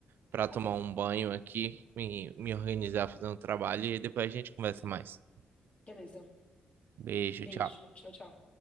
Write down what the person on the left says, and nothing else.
Tá bom.
Beleza.
Beijo.
Tchau, tchau.